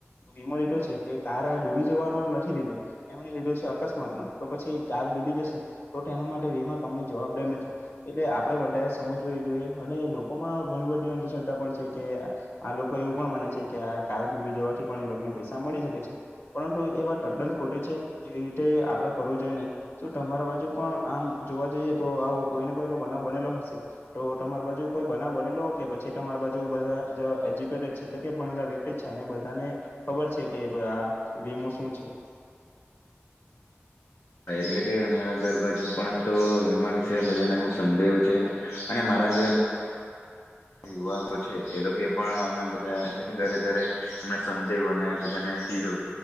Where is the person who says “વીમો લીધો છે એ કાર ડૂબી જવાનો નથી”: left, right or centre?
Left